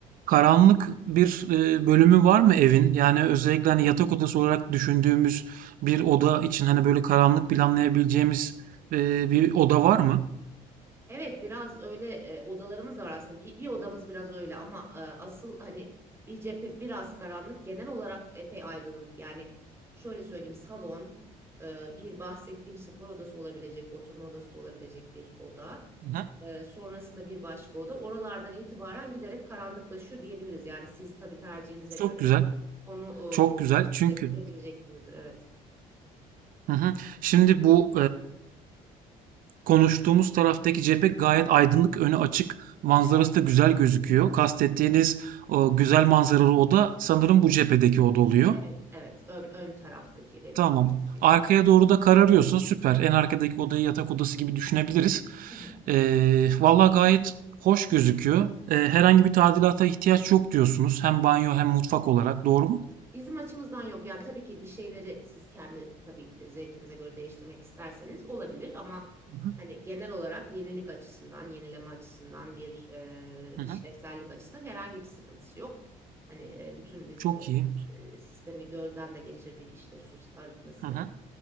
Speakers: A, on the right; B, on the right.
A: karanlık bir eee, bölümü var mı evin? Yani özellikle hani yatak odası olarak düşündüğümüz bir oda için hani böyle karanlık planlayabileceğimiz eee, bir oda var mı?
B: Evet biraz öyle e, odalarımız da var aslında. Bir, bir odamız biraz öyle ama e, asıl hani bir cephe biraz karanlık. Genel olarak epey aydınlık. Yani şöyle söyleyeyim salon, e, bir bahsettiğim spor odası olabilecek, oturma odası da olabilecek bir oda.
A: Hı hı.
B: E, sonrasında bir başka oda. Oralardan itibaren giderek karanlıklaşıyor diyebiliriz. Yani siz tabii tercihinize
A: Çok
B: göre
A: güzel.
B: onu
A: Çok güzel.
B: e,
A: Çünkü
B: yerleştirebileceksinizdir. Evet.
A: hı hı. Şimdi bu Konuştuğumuz taraftaki cephe gayet aydınlık, önü açık, manzarası
B: Evet,
A: da güzel gözüküyor. Kastettiğiniz o güzel manzaralı oda sanırım bu cephedeki oda oluyor.
B: evet, evet. Ön, ön taraftaki benim
A: Tamam.
B: bahsettiğim.
A: Arkaya
B: Evet.
A: doğru da kararıyorsa süper. En arkadaki odayı yatak odası gibi düşünebiliriz.
B: Hı hı.
A: Ee, valla gayet hoş gözüküyor. Ee, herhangi bir tadilata ihtiyaç yok diyorsunuz. Hem banyo hem mutfak olarak. Doğru mu?
B: Bizim açımızdan yok. Yani tabii ki bir şeyleri siz kendi tabii e, zevkinize göre değiştirmek isterseniz olabilir ama
A: Hı hı.
B: hani genel olarak yenilik açısından, yenileme açısından bir e,
A: Hı
B: işlevsellik
A: hı.
B: açısından herhangi bir sıkıntısı yok. Hani e, bütün biz
A: Çok iyi.
B: e, e, sistemi gözden de geçirdik işte su si-, arıtma sistemi.
A: Hı hı.